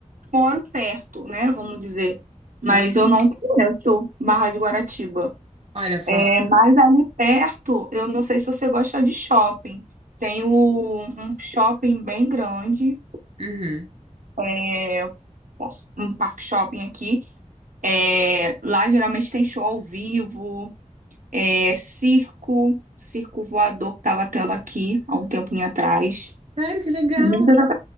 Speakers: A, on the right; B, on the right.
A: moro perto, né? Vamos dizer. Mas
B: Hã?
A: eu não conheço Barra de Guaratiba.
B: Olha, falar.
A: É mais ali perto, eu não sei se você gosta de shopping. Tem o- um shopping bem grande,
B: Uhum.
A: é, posso- um parque shopping aqui. É, lá geralmente tem show ao vivo, é, circo, circo voador que estava tendo aqui há um tempinho atrás.
B: Sério, que legal!
A: Muitas